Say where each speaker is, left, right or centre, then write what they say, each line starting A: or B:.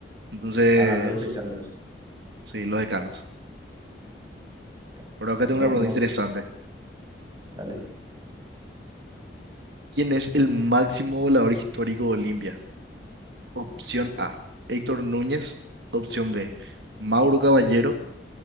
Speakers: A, on the right; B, on the right.
A: Entonces,
B: Ah, los decanos.
A: sí, los Decanos.
B: Ya.
A: Pero acá tengo
B: No,
A: una pregunta
B: no,
A: interesante.
B: dale.
A: ¿Quién es el máximo volador histórico de Olimpia? Opción A, Héctor Núñez. Opción B, Mauro Caballero.